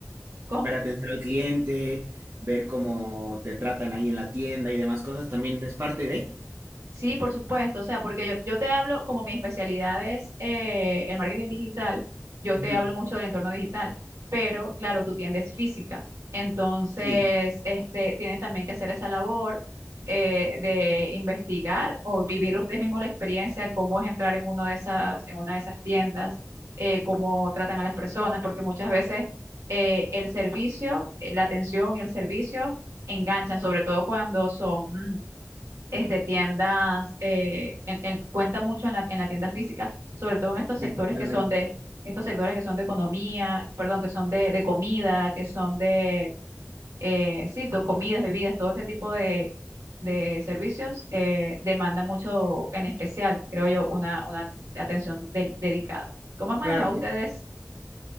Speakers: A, on the right; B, on the right.
A: ¿Cómo?
B: Ver atención al cliente, ver cómo te tratan ahí en la tienda y demás cosas también es parte de.
A: Sí, por supuesto, o sea, porque yo, yo te hablo, como mi especialidad es eh, el marketing digital, yo
B: Ujú,
A: te hablo mucho del entorno digital, pero claro, tu tienda es física, entonces
B: Sí,
A: este, tienen también que hacer esa labor eh, de investigar o vivir ustedes mismos la experiencia, cómo es entrar en, uno de esas, en una de esas tiendas, eh, cómo tratan a las personas, porque muchas veces eh, el servicio, eh, la atención y el servicio enganchan, sobre todo cuando son... mm, este, tiendas, eh, en- en- cuenta mucho en la, en la tienda física, sobre todo en estos sectores
B: sí, totalmente.
A: que son de, estos sectores que son de economía, perdón, que son de, de comida, que son de, eh, sí, to- comidas, bebidas, todo este tipo de, de servicios, eh, demanda mucho, en especial, creo yo, una, una atención del- dedicada. ¿Cómo han manejado
B: Claro, por...
A: ustedes?